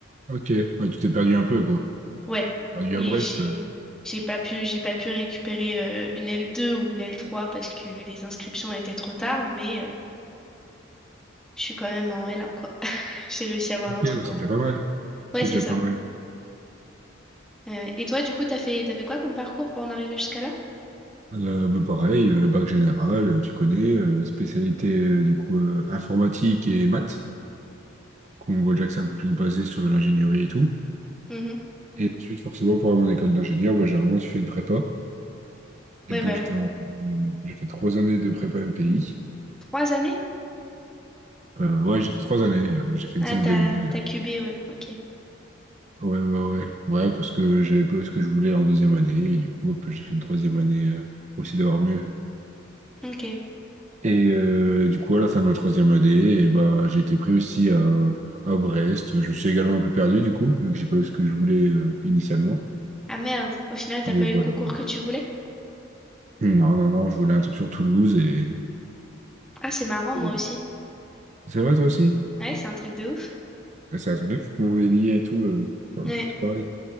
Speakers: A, on the right; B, in the centre.
A: ok. Ouais, tu t'es perdu un peu, quoi.
B: Ouais.
A: Perdu
B: Et
A: à Brest.
B: j'ai
A: euh.
B: j'ai pas pu j'ai pas pu récupérer euh, une L2 ou une L3 parce que les inscriptions étaient trop tard, mais euh, je suis quand même en L1, J'ai réussi à avoir
A: Ok,
B: un truc
A: ouais, c'est
B: au moins.
A: déjà pas mal.
B: Ouais,
A: C'est
B: c'est
A: déjà
B: ça.
A: pas mal.
B: Euh, et toi, du coup, t'as fait, t'as fait quoi comme parcours pour en arriver jusqu'à là?
A: Euh, bah, pareil, euh, bac général, euh, tu connais, euh, spécialité euh, du coup euh, informatique et maths. Donc, on voit déjà que c'est un peu plus basé sur de l'ingénierie et tout.
B: Mhm.
A: Et ensuite, forcément, pour avoir une école d'ingénieur, bah, j'ai vraiment suivi une prépa. Et
B: Ouais,
A: donc,
B: bah ouais.
A: j'étais en- j'ai fait trois années de prépa MPI.
B: Trois années?
A: Euh, ouais, j'ai fait trois années. euh, J'ai fait une
B: Ah,
A: 5
B: t'as,
A: demi.
B: t'as cubé, ouais. Ok.
A: Ouais, ouais, ouais. Ouais, parce que j'avais pas eu ce que je voulais en deuxième année. Et du coup, hop, j'ai fait une troisième année euh, aussi d'avoir mieux.
B: Ok.
A: Et euh, du coup, à la fin de ma troisième année, et bah, j'ai été pris aussi à, à Brest. Je me suis également un peu perdu, du coup, vu que j'ai pas eu ce que je voulais euh, initialement.
B: Ah merde. Au final, t'as
A: Mais
B: pas eu
A: voilà.
B: le concours
A: voilà.
B: que tu voulais?
A: Non, non, non, je voulais un truc sur Toulouse. Et,
B: Ah, c'est marrant,
A: et-
B: moi aussi.
A: C'est vrai, toi aussi?
B: Ouais, c'est un truc de ouf.
A: Ouais, C'est un truc de fou comment on est lié et tout. euh, Genre,
B: Ouais,
A: je suis tout pareil.